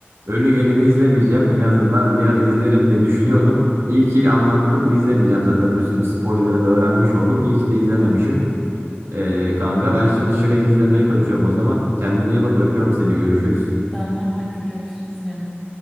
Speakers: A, on the right; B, in the centre.
A: Ölü Gelen'i izlemeyeceğim. En azından bir ara izlerim diye düşünüyordum. İyi ki anlattın. izlemeyeceğim zaten. Bütün spoiler'ı da öğrenmiş oldum. İyi ki de izlememişim. Eee, kanka ben şimdi Shrek izlemeye kaçıyorum o zaman. Kendine iyi bak. Öpüyorum seni. Görüşürüz.
B: Tamam hadi görüşürüz canım.